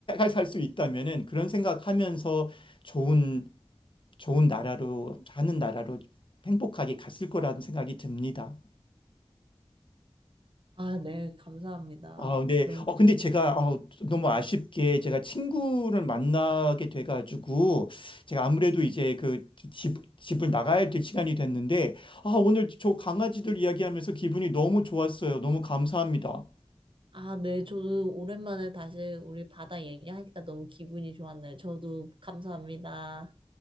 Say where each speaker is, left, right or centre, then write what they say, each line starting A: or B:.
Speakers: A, on the left; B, on the right.
A: 살 수 있다면은 그런 생각하면서 좋은 좋은 나라로 하는 나라로 행복하게 갔을 거라는 생각이 듭니다.
B: 아, 네, 감사합니다.
A: 아, 네.
B: 너무,
A: 어, 근데 제가 어, 너무 아쉽게 제가 친구를 만나게 돼가지고 제가 아무래도 이제 그 집, 집을 나가야 될 시간이 됐는데 아, 오늘 저 강아지들 이야기하면서 기분이 너무 좋았어요. 너무 감사합니다.
B: 아, 네, 저도 오랜만에 다시 우리 바다 얘기하니까 너무 기분이 좋았네요. 저도 감사합니다.